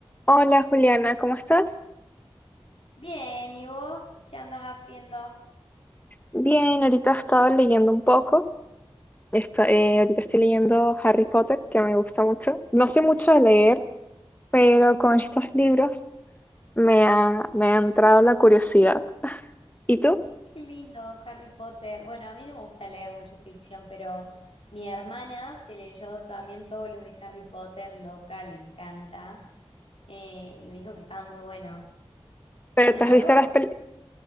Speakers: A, on the left; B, on the left.
A: Hola Juliana, ¿cómo estás?
B: Bien, ¿y vos qué andas haciendo?
A: Bien, ahorita he estado leyendo un poco. Esto- eh, ahorita estoy leyendo Harry Potter, que me gusta mucho. No sé mucho de leer, pero con estos libros me ha, me ha entrado la curiosidad. ¿Y tú?
B: Qué lindo, Harry Potter. Bueno, a mí no me gusta leer mucho ficción, pero mi hermana se leyó también todos los de Harry Potter, loca, le encanta, eh, y me dijo que estaban muy buenos. ¿Son
A: ¿Pero te
B: largos?
A: has visto las pel-